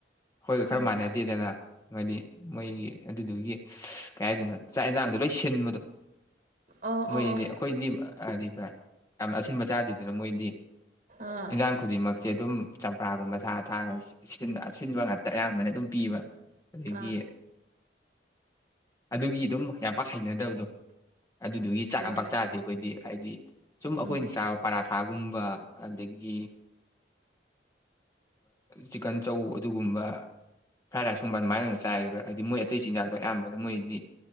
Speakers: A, on the left; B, on the right.
A: ꯍꯣꯏꯗ ꯈꯔ
B: ꯎꯝ
A: ꯃꯥꯟꯅꯗꯦꯗꯅ ꯃꯣꯏꯗꯤ ꯃꯣꯏꯒꯤ ꯑꯗꯨꯗꯨꯒꯤ ꯀꯩ ꯍꯥꯏꯗꯣꯏꯅꯣ ꯆꯥꯛ ꯌꯦꯟꯁꯥꯡꯗꯣ ꯂꯣꯏ ꯁꯤꯟꯕꯗꯣ
B: ꯑꯣ
A: ꯃꯣꯏꯗꯤ
B: ꯑꯣ ꯑꯣ
A: ꯑꯩꯈꯣꯏꯗꯤ ꯑꯔꯤꯕ ꯌꯥꯝ ꯑꯁꯤꯟꯕ ꯆꯥꯗꯦꯗꯅ ꯃꯣꯏꯗꯤ
B: ꯑꯥ
A: ꯏꯟꯖꯥꯡ ꯈꯨꯗꯤꯃꯛ ꯁꯦ ꯑꯗꯨꯝ ꯆꯝꯄ꯭ꯔꯥꯒꯨꯝꯕ ꯊꯥꯔ ꯊꯥꯔꯒ ꯑꯁꯤꯟꯕ ꯉꯥꯛꯇ ꯑꯌꯥꯝꯕꯅ ꯑꯗꯨꯝ ꯄꯤꯕ ꯑꯗꯒꯤ
B: ꯑꯥ
A: ꯑꯗꯨꯒꯤ ꯑꯗꯨꯝ ꯌꯥꯝ ꯄꯥꯛ ꯍꯩꯅꯗꯕꯗꯣ ꯑꯗꯨꯗꯨꯒꯤ ꯆꯥꯛꯅ
B: ꯍꯣꯏ
A: ꯄꯥꯛꯆꯥꯥꯗꯤ ꯑꯩꯈꯣꯏꯗꯤ ꯍꯥꯏꯗꯤ ꯁꯨꯝ ꯑꯩꯈꯣꯏꯅ
B: ꯎꯝ
A: ꯆꯥꯕ ꯄꯔꯥ ꯁꯥꯒꯨꯝꯕ ꯑꯗꯒꯤ ꯆꯤꯛꯀꯟ ꯆꯧ ꯑꯗꯨꯒꯨꯝꯕ ꯐ꯭ꯔꯥꯏ ꯔꯥꯏꯁꯀꯨꯝꯕ ꯑꯗꯨꯃꯥꯏꯅ ꯑꯣꯏꯅ ꯆꯥꯏꯕ ꯍꯥꯏꯗꯤ ꯃꯣꯏ ꯑꯇꯩ ꯆꯤꯟꯖꯥꯛꯇꯣ ꯑꯌꯥꯝꯕꯅ ꯃꯣꯏꯗꯤ